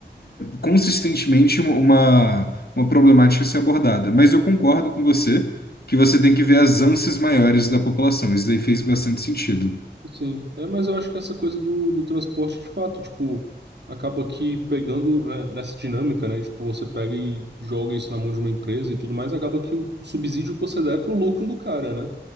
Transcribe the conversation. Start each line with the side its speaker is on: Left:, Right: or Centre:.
Left: consistentemente uma, uma problemática a ser abordada. Mas eu concordo com você que você tem que ver as ânsias maiores da população. Isso daí fez bastante sentido.
Right: sim. É, mas eu acho que essa coisa do, do transporte, de fato, tipo, acaba que pegando, né, nessa dinâmica, né? Tipo, você pega e joga isso na mão de uma empresa e tudo mais, acaba que o subsídio que você dá é pro lucro do cara, né?